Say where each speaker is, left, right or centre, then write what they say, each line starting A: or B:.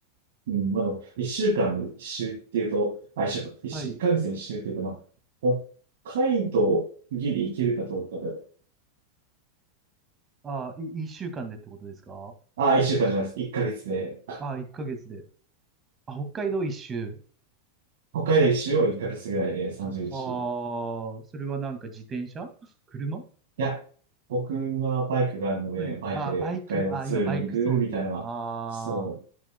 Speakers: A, on the right (about 75°); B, on the right (about 25°).
A: うん、まあ、でも一週間の一周っていうと、あ、一週間、一週、
B: はい。
A: 一ヶ月の一周っていうと、まあ、北海道ギリ行けるかどうかで、
B: ああ、い、一週間でってことですか
A: あ、一週間じゃないです。一ヶ月で、
B: ああ、一ヶ月で。あ、北海道一周。
A: 北海道一周を一ヶ月ぐらいで30週い
B: ああ、それはなんか自転車 <laughs> 車
A: や、僕はバイクがあるので、
B: はい。
A: バイクで北海道ツーリングみたいなのは、
B: あーバイク、あー今バイク想定。あ
A: そう、